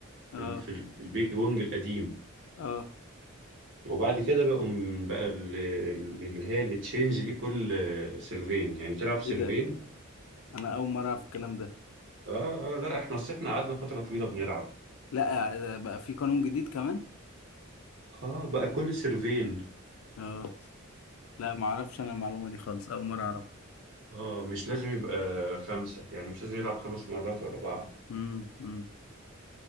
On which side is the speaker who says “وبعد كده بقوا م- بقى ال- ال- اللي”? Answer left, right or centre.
Right